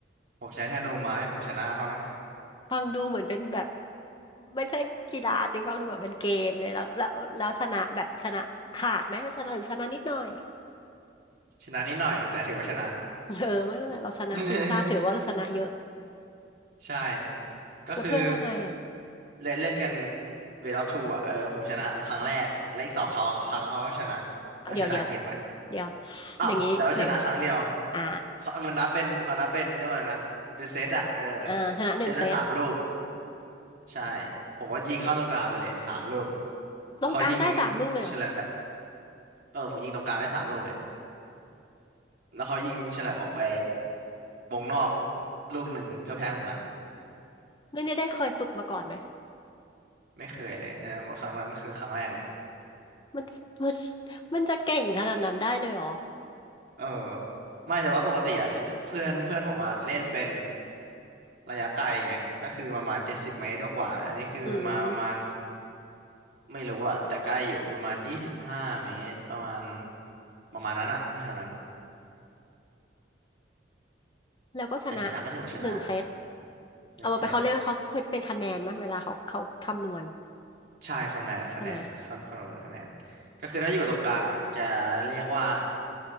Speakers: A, on the right; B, on the left.
A: ผมใช้ธนูไม้ผมชนะเขานะ
B: ฟังดูเหมือนเป็นแบบไม่ใช่กีฬาจริงฟังดูแบบเป็นเกมเลยแล้วแล้วแล้วชนะแบบชนะขาดไหมชนะหรือชนะนิดหน่อย
A: ชนะนิดหน่อยแต่ถือว่าชนะ
B: <laughs> เออไม่เป็นไรเราชนะทีมชาติถือว่าเราชนะเยอะ
A: <laughs> ใช่ก็คือ
B: แล้วเพื่อนว่าไงอ่ะ
A: เล่นเล่นกันเวทออฟทูอ่ะเออผมชนะครั้งแรกและอีกสองเขาครั้งเขาก็ชนะเราชนะเกมไป
B: เดี๋ยวเดี๋ยวเดี๋ยว
A: อ้าวแต่ว่าชนะครั้งเดียว
B: อย่างนี้เรียกอ่า
A: เขามันนับเป็นเขานับเป็นเรียกว่าอะไรนะเป็นเซตอะเออ
B: อ่าชนะหนึ่งเซต
A: เซตละสามลูกใช่ผมว่ายิงเข้าตรงกลางไปเลยสามลูก
B: ตรงกลางได้สามลูกเลยเหรอ
A: เขายิงฉลับเออผมยิงตรงกลางได้สามลูกเลยแล้วเขายิงฉลับออกไปวงนอกลูกหนึ่งก็แพ้ผมละ
B: นี่นี่ได้เคยฝึกมาก่อนไหม
A: ไม่เคยเลยอันนั้นครั้งนั้นคือครั้งแรกเลย
B: มันมันมันจะเก่งขนาดนั้นได้เลยเหรอ
A: เออไม่แต่ว่าปกติอะพี่เพื่อนเพื่อนผมอะเล่นเป็นระยะไกลไงก็คือประมาณเจ็ดสิบเมตรกว่าๆอันนี้คือมาประมาณ
B: อืม
A: ไม่รู้อะแต่ใกล้อยู่ประมาณยี่สิบห้าเมตรประมาณประมาณนั้นอะแถวๆนั้น
B: แล้วก็ชนะ
A: แต่ชนะก็ถือว่าชนะเนาะ
B: หนึ่งเซต
A: หนึ่งเซต
B: เอามาไปเขาเรียกว่าเขาคิดเป็นคะแนนไหมเวลาเขาเขาคำนวณ
A: ใช่คะแนนคะแนนคำคำนวณเป็นคะแนน
B: ใช่ไหม
A: ก็คือถ้าอยู่ตรงกลางอะจะเรียกว่า